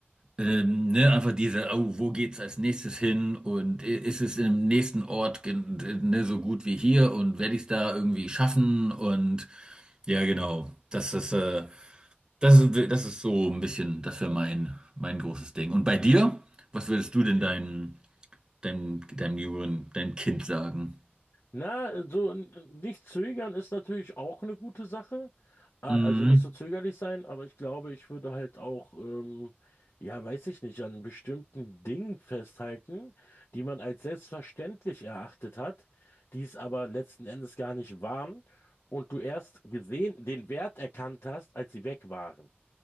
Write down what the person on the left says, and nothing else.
Na, so n- nicht zögern ist natürlich auch eine gute Sache. Äh, Also
nicht so zögerlich sein, aber ich glaube, ich würde halt auch, ähm, ja, weiß ich nicht, an bestimmten Dingen festhalten, die man als selbstverständlich erachtet hat, die es aber letzten Endes gar nicht waren und du erst gesehen, den Wert erkannt hast, als sie weg waren.